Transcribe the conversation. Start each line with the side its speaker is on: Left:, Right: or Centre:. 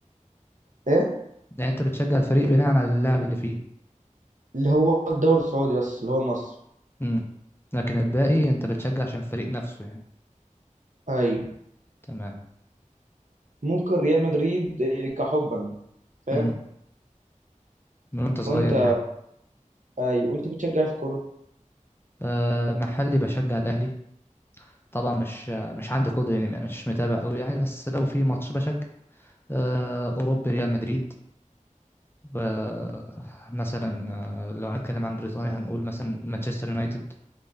Right: إيه؟
Left: يعني انت بتشجع الفريق بناء على اللاعب اللي فيه
Right: اللي هو الدوري السعودي بس اللي هو النصر
Left: امم لكن الباقي انت بتشجع عشان الفريق نفسه يعني
Right: أيوة
Left: تمام
Right: ممكن ريال مدريد آه، كحبا فاهم
Left: امم من وانت صغير
Right: وأنت
Left: يعني
Right: اي وانت بتشجع إيه في الكوره
Left: أه محلي بشجع الاهلي طبعا مش مش عندي قدره يعني مش متابع قوي يعني بس لو في ماتش بشجع أه اوروبي ريال مدريد ب- مثلا آه، لو هنتكلم عن بريطانيا هنقول مثلا مانشستر يونايتد